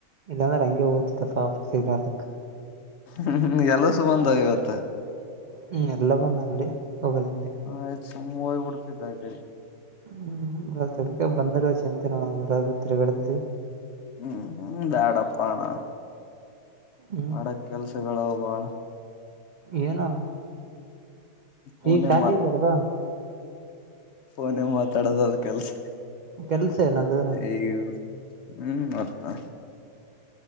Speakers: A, on the right; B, on the left.
A: ಇಲ್ಲಾಂದ್ರೆ ಹಂಗೆ ದ್ತ ಪಾಪ ಸಿಗಲಾರದಕ್
B: ಹ್ಮ್ ಎಲ್ಲ ಸುಮಂಧ ಇವತ್ತ
A: ಹ್ಮ್ ಎಲ್ಲ ಬಂದ್ ಅಂಗಡಿ ಹೋಗೋದ ಅಂಗಡಿ
B: ಆಯ್ತು ಸುಮ್ಮ ಹೋಗ್ಬ ಬಿಡ್ತಿದ್ದ ಗಡಿ
A: ಹ್ಮ್ ಬ ಬಂದ ಚಿಂತ ನರಗತ್ಗಡ್ದು
B: ಹ್ಮ್ ಬೇಡಪ್ಪಣ
A: ಹ್ಮ್
B: ಮಾಡ ಕೆಲ್ಸಗಳಾವ ಭಾಳ
A: ಏನು
B: ಫೋನೇ
A: ಈ ಕಾದಿದಲ್ವಾ
B: ಫೋನ ಮಾತಾಡೋದ ಅದು ಕೆಲ್ಸ
A: ಕೆಲ್ಸ ಏನದು
B: ಈ ಹ್ಮ್ ಮತಾ